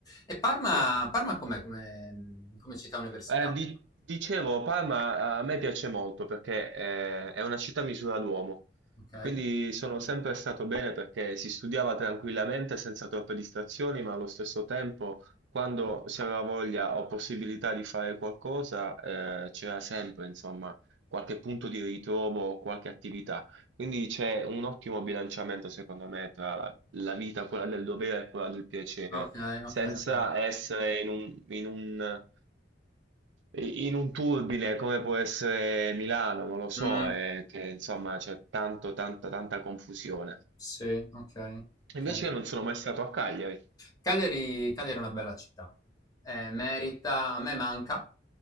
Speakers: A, on the left; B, on the right.
A: E Parma
B: Sì.
A: Parma com'è come mhmm, come città universitaria?
B: Eh, di- dicevo, Parma eh, a me piace molto perché eh, è una città a misura d'uomo,
A: Okay.
B: quindi sono sempre stato bene perché si studiava tranquillamente senza troppe distrazioni, ma allo stesso tempo, quando si aveva voglia o possibilità di fare qualcosa, eh, c'era sempre, insomma, qualche punto di ritrovo o qualche attività. Quindi c'è un ottimo bilanciamento, secondo me, tra la, la vita, quella del dovere e quella del piacere,
A: Okay,
B: senza
A: okay, okay.
B: essere in un in un i- In un turbine come può essere Milano, non lo so,
A: Mh,
B: è che insomma c'è tanto, tanta, tanta confusione.
A: sì, okay, okay.
B: Invece io non sono mai stato a Cagliari.
A: Cagliari, Cagliari è una bella città, Eh, merita, a me manca.